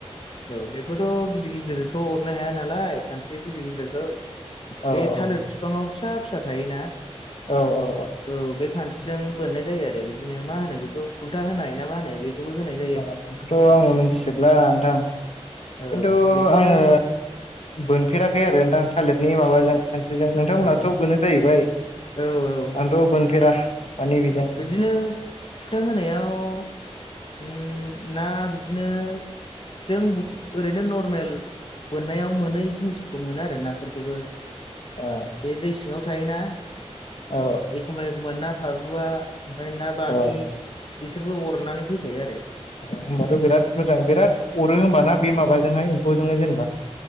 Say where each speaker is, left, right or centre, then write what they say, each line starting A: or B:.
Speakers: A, on the left; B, on the left.
A: औ बेखौथ' गिदिर गिदिरखौ अरनो हाया नालाय खानस्रि गिदिर गिदिरखौ
B: औ
A: बे थालिर बिफाङाव फिसा फिसा थायोना?
B: औ औ
A: औ बे खानस्रिजों बोननाय जायो आरो बिदिनो मा होनो बेखौ फुल्था होनाय ना मा होनो बेखौबो होनाय जा
B: अ बेखौथ' आङो मिन्थिजोबला नोंथां
A: औ
B: खिन्थु
A: बिदिनो
B: आङो
A: औ
B: बोनफेराखै आरो नोंथां थालिरनि माबाजों खानस्रिजों नोंथांमोनहाथ'
A: औ
B: बोनो जाहैबाय
A: औ औ
B: आंथ' बोनफेरा। माने बेजों
A: औ बिदिनो फुल्था होनायाव उम ना बिदिनो जों ब ओरैनो नर्मेल बोननायाव मोनै जिनिसफोरखौ मोनो आरो नाफोरखौबो।
B: औ
A: बे दै सिङाव थायोना
B: औ
A: एखमबा एखमबा ना फाबुवा ओमफाय ना बामि
B: औ
A: बेसोरबो अरनानै फैफायो आरो।
B: औ होनबाथ' बिराद मोजां बिराद अरो होमबाना बे माबाजोंहाय एम्फौजोंनो जेनेबा?